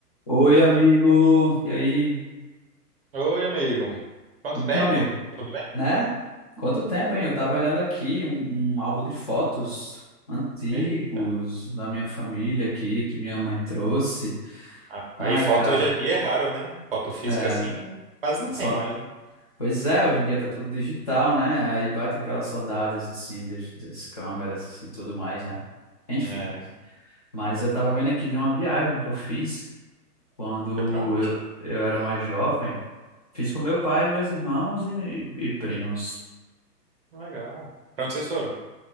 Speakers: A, on the left; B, on the right.
A: Oi, amigo. E aí?
B: Oi, amigo. Quanto
A: Então,
B: tempo?
A: amigo,
B: Tudo bem?
A: né? Quanto tempo, hein? Eu tava olhando aqui um, um álbum de fotos antigos
B: Eita.
A: da minha família aqui, que minha mãe trouxe.
B: rapaz,
A: Ai,
B: E foto
A: cara,
B: hoje em dia é raro, né? Foto física
A: é,
B: assim quase não
A: é só...
B: tem mais, né?
A: Pois é, hoje em dia tá tudo digital, né? Aí bate aquelas saudades, assim, das, das câmeras e assim, tudo mais, né? Enfim.
B: É.
A: Mas eu tava vendo aqui de uma viagem que eu fiz quando
B: Foi pra onde?
A: eu, eu era mais jovem. Fiz com meu pai, meus irmãos e, e primos.
B: Legal. Pra onde vocês foram?